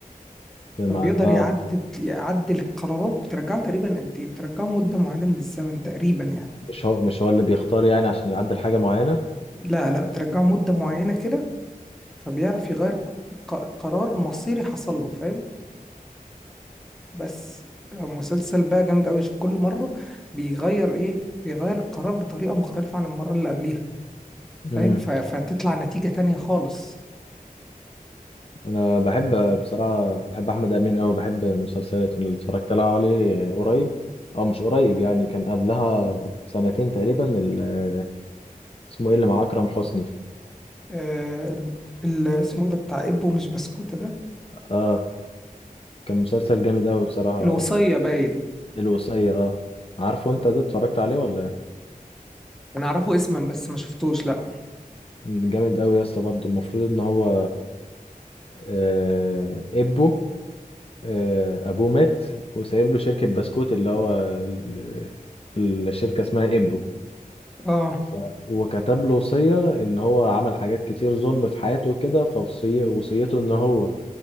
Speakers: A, on the left (about 40°); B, in the centre.
A: في مع
B: فبيقدر
A: اه
B: يعدل يعدل القرارات بترجعه تقريبا قد ايه بترجعه مدة معينة من الزمن تقريبا يعني
A: مش هو مش هو اللي بيختار يعني عشان يعدل حاجة معينة
B: لا لا بترجعه مدة معينة كده فبيعرف يغير ق- قرار مصيري حصل له فاهم بس مسلسل بقى جامد قوي كل مرة بيغير ايه بيغير القرار بطريقة مختلفة عن المرة اللي قبلها فاهم
A: اي
B: ف- فتطلع نتيجة تانية خالص
A: انا بحب بصراحه بحب احمد امين أوي بحب مسلسلاته اللي اتفرجت لها عليه قريب او مش قريب يعني كان قبلها سنتين تقريبا ال- اسمه ايه اللي مع اكرم حسني
B: آه ال- ال- اسمه إيه ده بتاع ابو مش بسكوتة ده
A: اه كان مسلسل جامد أوي بصراحه
B: الوصية باين
A: الوصيه اه عارفه انت ده اتفرجت عليه ولا إيه؟
B: انا اعرفه اسما بس ما شفتوش لا
A: جامد أوي يا اسطى برضه المفروض ان هو آه ابوه آه ابوه مات وسايب له شركه بسكوت اللي هو ال- الشركه اسمها ابو
B: اه
A: فهو كتب له وصية إن هو عمل حاجات كتير ظلم في حياته وكده فوصية وصيته إن هو